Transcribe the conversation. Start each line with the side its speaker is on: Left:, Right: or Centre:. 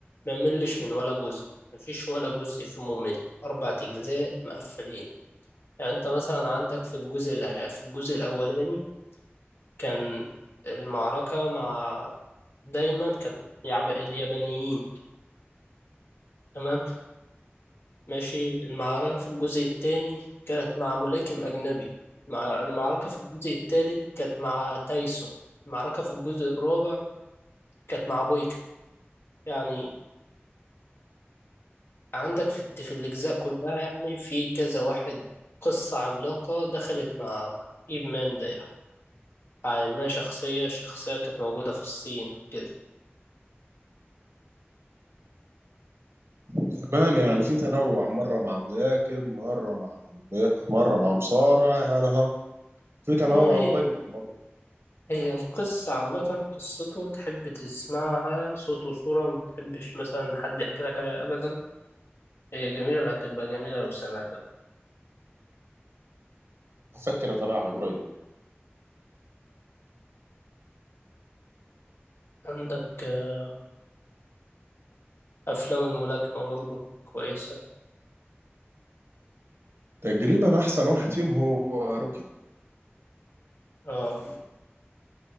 Left: ما ملش من ولا جزء مفيش ولا جزء فيه ممل أربع أجزاء مقفلين يعني أنت مثلا عندك في الجزء الأخ- في الجزء الأولاني كان المعركة مع دايما كانت مع اليابانيين تمام ماشي المعركة في الجزء الثاني كانت مع ملاكم أجنبي مع المعركة في الجزء الثالث كانت مع تايسون المعركة في الجزء الرابع كانت مع بويكا يعني عندك في, الت- في الأجزاء كلها يعني في كذا واحد قصة عملاقة دخلت مع إيب مان ده يعني على إنها شخصية شخصية كانت موجودة في الصين وكده
Right: تمام يعني في تنوع مره مع ملاكم مره مع مره مع مصارع يعني ها في تنوع
Left: اه هي
Right: كويس في الموضوع
Left: هي القصة عامة قصته تحب تسمعها صوت وصورة ما تحبش مثلا إن حد يحكي لك عليها أبدا هي جميلة هتبقى جميلة لو سمعتها
Right: هفكر اتابعها قريب
Left: عندك آه، أفلام الملاكمة برضه كويسة
Right: تقريبا احسن واحد فيهم هو روكي
Left: اه